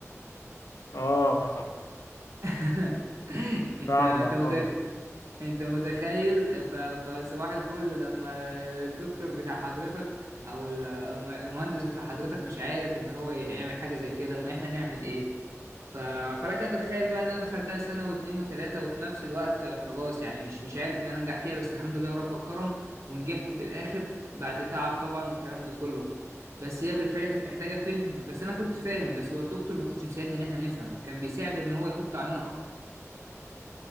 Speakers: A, on the left; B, on the right.
A: اه
B: <laughs> انت
A: فاهمك
B: انت متخ...
A: اه
B: انت متخيل ف- فصباح الفل لما الدكتور بتاع حضرتك او ال- أو الم- المهندس بتاع حضرتك مش عارف ان هو يعمل حاجه زي كده ما احنا نعمل ايه ف... فلك ان تتخيل بقى ان انا دخلتها سنه واثنين وثلاثه وفي نفس الوقت خلاص يعني مش مش عارف ان انا انجح فيها بس الحمد لله رب كرم ونجحت في الاخر بعد تعب طبعا والكلام ده كله بس هي بالفعل كانت محتاجه فهم بس انا كنت فاهم بس هو الدكتور ما كانش مساعدنا ان احنا نفهم كان بيساعد ان هو يحط علينا اكتر